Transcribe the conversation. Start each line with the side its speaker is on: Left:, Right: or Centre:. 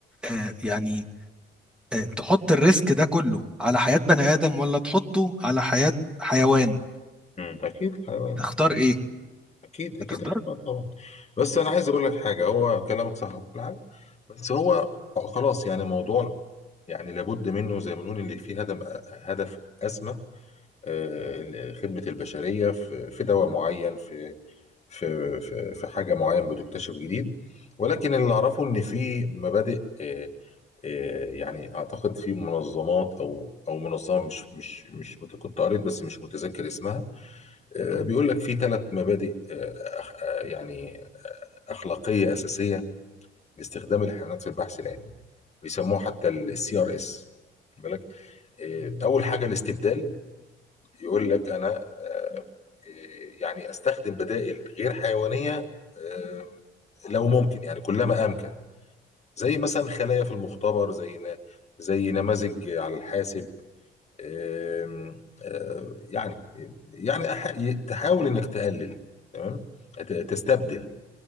Centre: آه، يعني آه، تحط الريسك ده كله على حياة بني آدم ولا تحطه على حياة حيوان
Left: امم اكيد الحيوان.
Centre: هتختار إيه؟
Left: اكيد اكيد
Centre: هتختار
Left: الحوار طبعا بس انا عايز اقول لك حاجه هو كلامك صح وكل حاجه بس هو خلاص يعني موضوع يعني لابد منه زي ما بنقول اللي فيه هدف هدف اسمى آه، خدمه البشريه في في دواء معين في في في في حاجه معين بتكتشف جديد ولكن اللي اعرفه ان في مبادئ آه، آه، يعني اعتقد في منظمات او او منظمه مش مش مش مت- كنت قريت بس مش متذكر اسمها آه، بيقول لك في ثلاث مبادئ آه، أخ- آه، يعني أخلاقية أساسية لاستخدام الحيوانات في البحث العلمي بيسموها حتى السي ار اس بالك إيه، أول حاجة الاستبدال يقول لك أنا آه، إيه، يعني أستخدم بدائل غير حيوانية آه، لو ممكن يعني كلما أمكن زي مثلا خلايا في المختبر زي نا- زي نماذج على الحاسب آم، آه، يعني يعني أح- تحاول إنك تقلل تمام ت- تستبدل